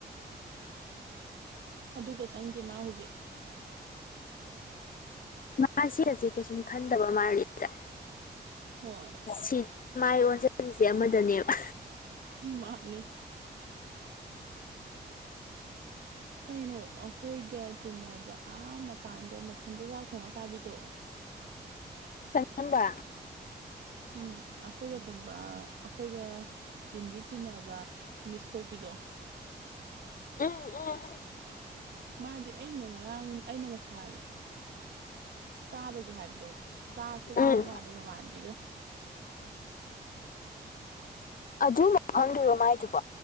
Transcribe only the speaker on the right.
ꯑꯗꯨꯒ ꯆꯪꯗꯦ ꯃꯥ ꯍꯧꯖꯤꯛ
ꯍꯣꯏ
ꯃꯥꯟꯅꯤ ꯀꯩꯅꯣ ꯑꯩꯈꯣꯏꯒ ꯇꯤꯟꯅꯕ ꯑꯥ ꯃꯄꯥꯟꯗ ꯃꯊꯟꯇ ꯆꯥꯛ ꯊꯣꯡꯉ ꯆꯥꯕꯤꯗꯣ
ꯎꯝ ꯑꯩꯈꯣꯏꯒ ꯄꯨꯟꯕ ꯑꯩꯈꯣꯏꯒ ꯇꯤꯟꯗꯤ ꯇꯤꯟꯅꯕ ꯃꯤꯁ ꯊꯣꯛꯄꯤꯗꯣ
ꯃꯥꯗꯤ ꯑꯩꯅ ꯉꯔꯥꯡ ꯑꯩꯅ ꯉꯁꯥꯏ ꯆꯥꯕꯒꯤ ꯍꯥꯏꯕꯗꯣ ꯆꯥ ꯆꯠꯂꯨꯔ
ꯃꯥꯜꯂꯦ ꯃꯃꯥꯟꯅꯕꯤꯒ